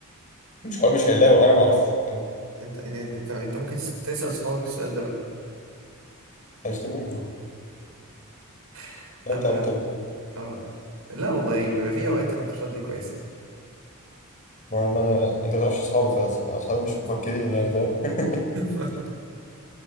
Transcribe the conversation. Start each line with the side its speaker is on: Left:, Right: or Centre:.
Left: مش حوار مش هيلاقوا انا ما اعرفش فاهم
Right: انت انت انت أنت ممكن تسأل صحابك السؤال ده بقى
Left: هيشتموني يعني
Right: <laughs>
Left: لا
Right: انا
Left: انت عبيط ولا إيه؟
Right: اه لا والله بيبقى في اوقات النقاشات دي كويسه
Left: ما انا انت ما تعرفش اصحابي فاصحابي مش مفكرين يعني فاهم <laughs>
Right: <laughs>